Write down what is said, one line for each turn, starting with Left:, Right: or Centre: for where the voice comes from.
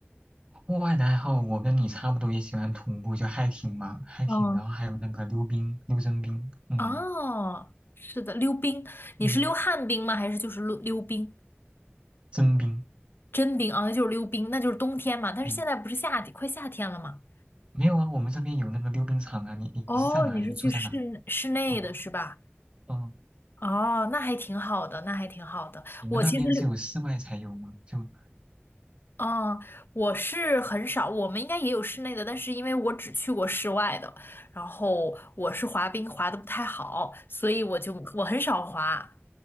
Right: 户外的爱好我跟你差不多，也喜欢徒步，就 hiking 嘛，hiking，
Left: 嗯，
Right: 然后还有那个溜冰、溜真冰，嗯
Left: 哦，是的，溜冰。你是溜旱冰吗？
Right: 嗯，
Left: 还是就是溜溜冰？
Right: 真冰，
Left: 真冰啊，那就是溜冰，那就是冬天嘛。但是现在不是夏天，
Right: 对，
Left: 快夏天了嘛。
Right: 没有啊，我们这边有那个溜冰场啊，你你你是在哪里？
Left: 哦，你是去室室内的是吧？
Right: 住在哪？哦哦，
Left: 哦，那还挺好的，那还挺好的。
Right: 你们那边只有室外才有吗？
Left: 我其实溜，
Right: 就。
Left: 嗯，我是很少，我们应该也有室内的，但是因为我只去过室外的，然后我是滑冰滑的不太好，所以我就我很少滑。